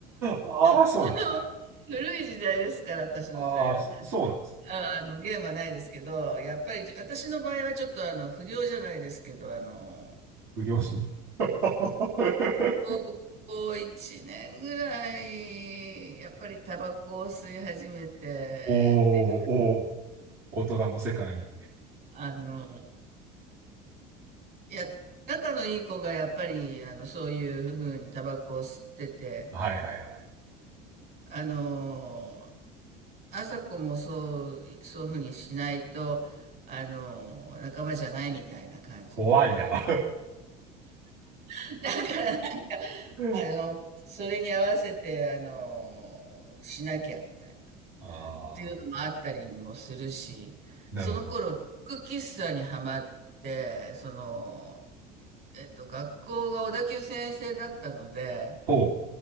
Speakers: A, on the right; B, on the right.
A: ああ、
B: <laughs>
A: そうなんですね。
B: あの、古い時代ですから、私の時代は。
A: ああ、そそうなんですね。
B: あ、あの、ゲームはないですけど、やっぱり、私の場合はちょっとあの、不良じゃないですけど、あの、
A: 不良心。<laughs>
B: 高校1年ぐらい、やっぱりタバコを吸い始めてって、
A: おー、おー、大人の世界。
B: あの、いや、仲のいい子がやっぱり、あの、そういうふうにタバコを吸ってて、
A: はいはいはい。
B: ああの、朝子もそう、そういうふうにしないと、あの、仲間じゃないみたいな感じで言われる。
A: 怖いな。
B: <laughs> だから、
A: <laughs>
B: あの、それに合わせて、あの、しなきゃみたいな。
A: ああ、
B: っていうのもあったりもするし、
A: なるほど。
B: その頃、ロック喫茶にはまって、その、えっと、学校が小田急線制だったので、
A: ほう。